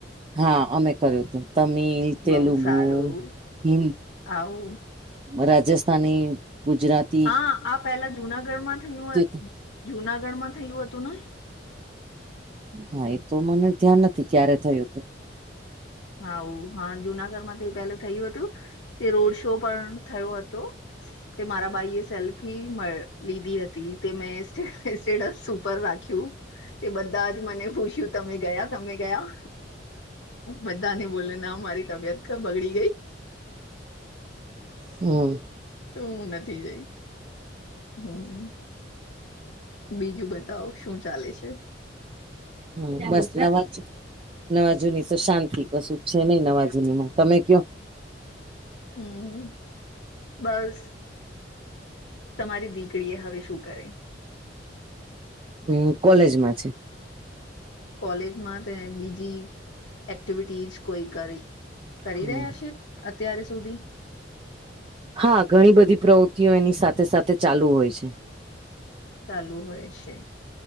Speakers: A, on the right; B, on the left.
A: હા અમે કર્યું હતું તમિલ તેલુગુ
B: બહુ સારું
A: હિ
B: આવું
A: રાજસ્થાની ગુજરાત
B: હા આ પેલા જુનાગઢમાં થયું
A: હતું
B: જુનાગઢ માં થયું હતું ને
A: હા એ તો મને ધ્યાન નથી ક્યારે થયું હતું.
B: હાું હા જુનાગઢ માં તે પહેલે થયું હતું તે રોડ શો પણ થયો હતો. તે મારા બાઈ એ સેલ્ફી લીધી હતી તે મેં સ્ટેટસ સુપર રાખી. તે બધા જ મને પૂછ્યું તમે ગયા તમે ગયા. બધા ની બોલેને મારી તબિયત બગડી ગઈ.
A: હમ.
B: તો હું નથી જઈ હમ. બીજું બતાવો શું ચાલે છે.
A: હમ બસ નવાજ નવા જુની તો શાંતિ કશું. છે નઈ નવાજુનીમાં તમે કયો.
B: હમ બસ. તમારી દીકરી એ હવે શું કરે.
A: હમ કોલેજમાં છે
B: કોલેજમાં તે બીજી એક્ટિવિટીઝ કોઈ કરી કરી
A: હમ
B: રહ્યા છે અત્ય્યારે સુધી
A: હા ઘણી બધી પ્રવૃત્તિઓ એની સાથે સાથે ચાલુ હોય છે
B: ચાલુ હોય છે